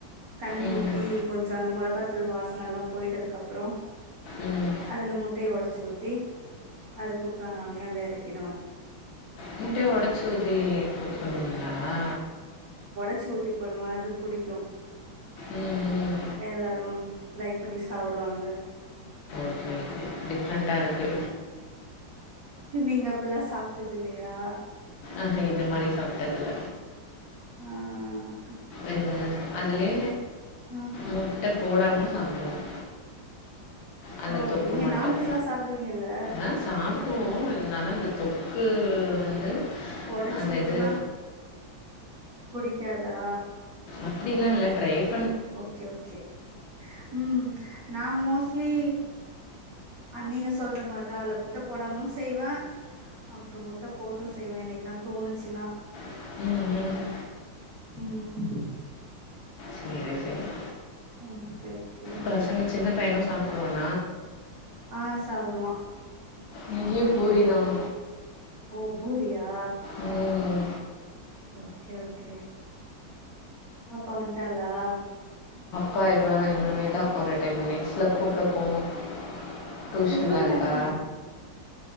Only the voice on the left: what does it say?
ம்
ம்.
முட்டைய ஒடச்சு ஊத்தி கொத்து பண்ணுவீங்களா
ம் ம்.
ஓகே ஓகே டிஃப்ரெண்ட்டா இருக்கு
ஆஹ்ஹ இது மாரி சாப்பிட்டதுல
உஹ அதுலயே
முட்டை போடாம சாப்பிடுவோம் அந்த
தொக்கு
மட்டும்
ஆஹ் சாப்புடுவோம் இருந்தாலும் அந்த தொக்கு
வந்து
அந்த
இது
அப்படிலாம் இல்லலை ட்ரைப்
<unintelligible>
சேரி சேரி
பசங்க சின்ன பையனும் சாப்பிட <inaudible>
இங்க பூரிதான்
ம்
பாய் பாய் இனிமே தான் ஒரு டென் மினிட்ஸில கூப்பிட போகணும் டியூஷன்ல
இருக்கா